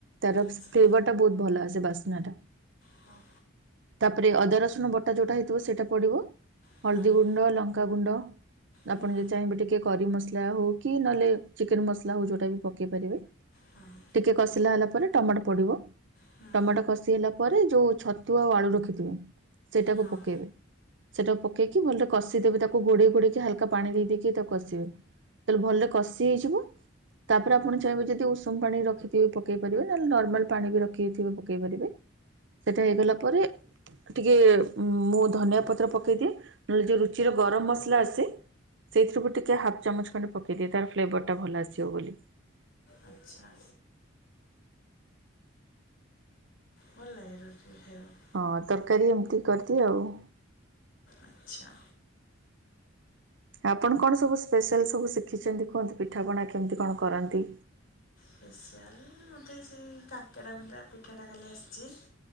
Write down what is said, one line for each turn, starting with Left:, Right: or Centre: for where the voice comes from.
Right: ତାର
Left: ଆଚ୍ଛା
Right: ଫ୍ଲେଭର ଟା ବହୁତ ଭଲ ଆସେ ବାସ୍ନା ଟା।
Left: ହଁ।
Right: ତାପରେ ଅଦା ରସୁଣ ବଟା ଯୋଉଟା ହେଇଥିବ ସେଇଟା ପଡିବ
Left: ହୁଁ
Right: ହଳ୍ଦୀ ଗୁଣ୍ଡ ଲଙ୍କାଗୁଣ୍ଡ
Left: ହୁଁ
Right: ଆପଣ ଯଦି ଚାହିଁବେ ଟିକେ କରି ମସଲା ହଉ କି ନହେଲେ ଚିକେନ ମସଲା ହଉ ଯୋଉଟା ବି ପକେଇ ପାରିବେ।
Left: ହଁ
Right: ଟିକେ କଷିଲା ହେଲା ପରେ ଟମାଟୋ ପଡିବ।
Left: ହୁଁ
Right: ଟମାଟୋ କଷି ହେଲା ପରେ ଯୋଉ ଛତୁ ଆଉ ଆଳୁ ରଖିଥିବ ସେଇଟାକୁ
Left: ହଁ
Right: ପକେଇବେ। ସେଟାକୁ ପକେଇକି ଭଲରେ କଷିଦେବେ ତାକୁ ଘୋଡେଇ ଘୋଡେଇକି ହାଲକା ପାଣି ଦେଇ ଦେଇକି ତାକୁ କଷିବେ। ତାହେଲେ ଭଲରେ କଷି ହେଇଯିବ। ତାପରେ ଆପଣ ଚାହିଁବେ ଯଦି ଉଷୁମ୍ ପାଣି ରଖିଥିବେ ପକେଇ ପାରିବେ ନହେଲେ ନର୍ମାଲ ପାଣି ବି ରଖିଥିବେ ପକେଇ ପାରିବେ। ସେଟା ହେଇଗଲା ପରେ ଟିକେ ମୁଁ ଧନିଆ ପତ୍ର ପକେଇଦିଏ ନହେଲେ ଯଉ ରୁଚିର ଗରମ୍ ମସଲା ଆସେ ସେଇଥିରୁ ବି ଟିକେ ହାଫ୍ ଚାମଚ ଖଣ୍ଡେ ପକେଇଦିଏ ତାର ଫ୍ଲେଭରଟା ଭଲ ଆସିବ ବୋଲି।
Left: ଆଚ୍ଛା। ଭଲ ଲାଗେ ରୁଟିରେ ଖାଇବାକୁ।
Right: ହଁ ତର୍କାରୀ ଏମ୍ତି କରିଦିଏ ଆଉ।
Left: ଆଚ୍ଛା।
Right: ଆପଣ କଣ ସବୁ ସ୍ପେଶାଲ୍ ସବୁ ଶିଖିଛନ୍ତି କୁହନ୍ତି ପିଠାପଣା କେମିତି କଣ କରନ୍ତି।
Left: ପେସିଆଲ୍ ମତେ ସେଇ କାକରା ଭଲା ପିଠାଟା ଖାଲି ଆସିଛି।